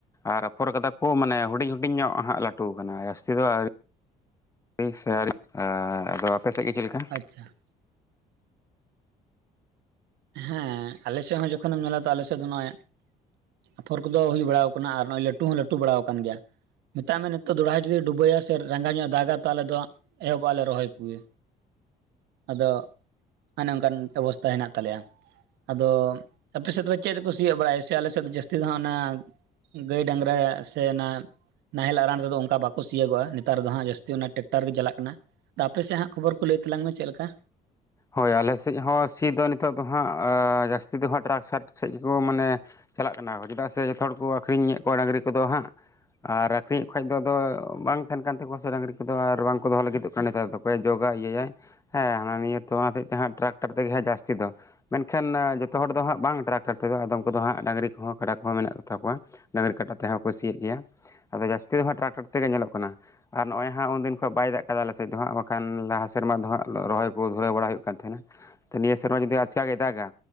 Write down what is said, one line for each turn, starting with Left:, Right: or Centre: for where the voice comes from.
Left: ᱟᱨ ᱟᱯᱷᱚᱨ ᱟᱠᱟᱫᱟ ᱠᱚ ᱢᱟᱱᱮ ᱦᱩᱰᱤᱧ ᱦᱩᱰᱤᱧ ᱧᱚᱜ ᱦᱟᱸᱜ ᱞᱟᱹᱴᱩ ᱠᱟᱱᱟ ᱡᱟᱹᱥᱛᱤ ᱫᱚ ᱟᱹᱣᱨᱤ ᱜᱮ ᱥᱮᱭᱟᱨ ᱟᱨ ᱟᱯᱮ ᱥᱮᱜ ᱜᱮ ᱪᱮᱜ ᱞᱮᱠᱟ?
Right: ᱪᱷᱟ, ᱦᱮᱸ ᱟᱞᱮᱥᱮᱜ ᱦᱚᱸ ᱡᱚᱠᱷᱚᱱᱮᱢ ᱧᱮᱞᱟ ᱛᱚ ᱟᱞᱮᱥᱮᱫ ᱫᱚ ᱱᱚᱜᱼᱚᱭ ᱟᱯᱷᱚᱨ ᱠᱚᱫᱚ ᱦᱩᱭ ᱵᱟᱲᱟᱣ ᱠᱟᱱᱟ ᱟᱨ ᱱᱚᱜᱼᱚᱭ ᱞᱟᱹᱴᱩ ᱦᱚᱸ ᱞᱟᱹᱴᱩ ᱵᱟᱲᱟᱣ ᱠᱟᱱ ᱜᱮᱭᱟ᱾ ᱢᱮᱛᱟᱜ ᱢᱮ ᱱᱤᱛᱚᱜ ᱫᱚᱲᱦᱟᱭ ᱡᱩᱫᱤ ᱰᱩᱵᱟᱹᱭᱟ ᱥᱮ ᱨᱟᱸᱜᱟ ᱧᱚᱜ ᱮ ᱫᱟᱜᱽᱼᱟ ᱛᱟᱦᱟᱞᱮ ᱫᱚ ᱮᱦᱚᱵᱚᱜᱼᱟᱞᱮ ᱨᱚᱦᱚᱭ ᱠᱩᱜᱮ, ᱟᱫᱚ ᱚᱱᱮ ᱚᱱᱠᱟᱱ ᱚᱵᱚᱥᱛᱟ ᱦᱮᱱᱟᱜ ᱛᱟᱞᱮᱭᱟ, ᱟᱫᱚ ᱟᱯᱮ ᱥᱮᱫ ᱫᱚ ᱦᱟᱜ ᱪᱮᱫ ᱛᱮᱠᱚ ᱥᱤᱭᱳᱜ ᱵᱟᱲᱟᱭᱟᱭᱮᱜᱼᱟ, ᱟᱞᱮ ᱥᱮᱫ ᱫᱚ ᱡᱟᱹᱥᱛᱤ ᱫᱚ ᱦᱟᱸᱜ ᱚᱱᱟ ᱜᱟᱹᱭ ᱰᱟᱺᱜᱽᱨᱟᱭᱟᱜ ᱥᱮ ᱮᱱᱟ ᱱᱟᱦᱮᱞ ᱟᱨᱟᱬ ᱛᱮᱫᱚ ᱚᱸᱠᱟ ᱵᱟᱠᱚ ᱥᱤᱭᱳᱜᱚᱜᱼᱟ, ᱱᱮᱛᱟᱨ ᱫᱚ ᱦᱟᱸᱜ ᱡᱟᱹᱥᱛᱤ ᱚᱱᱟ ᱴᱮᱠᱴᱟᱨ ᱜᱮ ᱪᱟᱞᱟᱜ ᱠᱟᱱᱟ᱾ ᱟᱯᱮ ᱥᱮᱜ ᱦᱟᱸᱜ ᱠᱷᱚᱵᱚᱨ ᱠᱚ ᱞᱟᱹᱭ ᱛᱟᱞᱟᱝ ᱢᱮ ᱪᱮᱫ ᱞᱮᱠᱟ?
Left: ᱦᱳᱭ ᱟᱞᱮᱥᱮᱪ ᱦᱚᱸ ᱥᱤ ᱫᱚ ᱱᱤᱛᱚᱜ ᱫᱚ ᱦᱟᱸᱜ ᱟᱸ ᱡᱟᱹᱥᱛᱤ ᱫᱚ ᱦᱟᱸᱜ ᱴᱟᱨᱟᱠᱥᱟᱨᱠ ᱥᱮᱡ ᱜᱮᱠᱚ ᱢᱟᱱᱮ ᱪᱟᱞᱟᱜ ᱠᱟᱱᱟ ᱠᱚ ᱪᱮᱫᱟᱜ ᱥᱮ ᱡᱚᱛᱚ ᱦᱚᱲ ᱠᱚ ᱟᱹᱠᱷᱨᱤᱧ ᱧᱮᱫ ᱠᱚᱣᱟ ᱰᱟᱺᱜᱽᱨᱤ ᱠᱚᱫᱚ ᱦᱟᱸᱜ, ᱟᱨ ᱟᱹᱠᱷᱨᱤᱧᱮᱫ ᱠᱷᱚ ᱠᱷᱟᱡ ᱫᱚ ᱟᱫᱚ ᱵᱟᱝ ᱛᱟᱦᱮᱸᱱ ᱠᱟᱱ ᱛᱟᱠᱚᱣᱟ ᱥᱮ ᱰᱟᱺᱜᱽᱨᱤ ᱠᱚᱫᱚ ᱟᱨ ᱵᱟᱝ ᱠᱚ ᱫᱚᱦᱚ ᱞᱟᱹᱜᱤᱫᱚᱜ ᱠᱟᱱᱟ ᱱᱮᱛᱟᱨ ᱫᱚ᱾ ᱚᱠᱚᱭ ᱡᱚᱜᱽᱼᱟ ᱤᱭᱟᱹᱭᱟᱭ ᱦᱮᱸ ᱦᱟᱱᱟ ᱱᱤᱭᱟᱹ ᱛᱚ ᱚᱱᱟ ᱦᱚᱛᱮᱡ ᱛᱮ ᱦᱟᱸᱜ ᱴᱟᱨᱟᱠᱴᱟᱨ ᱛᱮᱜᱮ ᱦᱟᱸᱜ ᱡᱟᱹᱥᱛᱤ ᱫᱚ᱾ ᱢᱮᱱᱠᱷᱟᱱ ᱡᱚᱛᱚ ᱦᱚᱲ ᱫᱚ ᱦᱟᱸᱜ ᱵᱟᱝ ᱴᱟᱨᱟᱠᱴᱟᱨ ᱛᱮᱫᱚ ᱟᱫᱚᱢ ᱠᱚᱫᱚ ᱦᱟᱸᱜ ᱰᱟᱺᱜᱽᱨᱤ ᱠᱚᱦᱚᱸ ᱠᱟᱰᱟ ᱠᱚᱦᱚᱸ ᱢᱮᱱᱟᱜ ᱠᱚ ᱛᱟᱠᱚᱣᱟ᱾ ᱰᱟᱺᱜᱽᱨᱤ ᱠᱟᱰᱟ ᱛᱮᱦᱚᱸ ᱠᱚ ᱥᱤ ᱭᱮᱫ ᱜᱮᱭᱟ, ᱟᱫᱚ ᱡᱟᱹᱥᱛᱤ ᱫᱚ ᱦᱟᱸᱜ ᱴᱟᱨᱟᱠᱴᱟᱨ ᱛᱮᱜᱮ ᱧᱮᱞᱚᱜ ᱠᱟᱱᱟ᱾ ᱟᱨ ᱱᱚᱜᱼᱚᱸᱚᱭ ᱦᱟᱸᱜ ᱩᱱᱫᱤᱱ ᱠᱷᱚᱱ ᱵᱟᱭ ᱫᱟᱜ ᱟᱠᱟᱫᱟ ᱟᱞᱮ ᱥᱮᱫ ᱫᱚ ᱦᱟᱸᱜ ᱵᱟᱸᱠᱷᱟᱱ ᱞᱟᱦᱟ ᱥᱮᱨᱢᱟ ᱫᱚ ᱦᱟᱸᱜ, ᱞᱚ ᱨᱚᱦᱚᱭ ᱠᱚ ᱨᱚᱦᱚᱭ ᱵᱟᱲᱟ ᱦᱩᱭᱩᱜ ᱠᱟᱱ ᱛᱟᱦᱮᱸᱱᱟ, ᱛᱚ ᱱᱤᱭᱟᱹ ᱥᱮᱨᱢᱟ ᱡᱩᱫᱤ ᱟᱪᱠᱟ ᱜᱮ ᱫᱟᱜᱽᱼᱟ,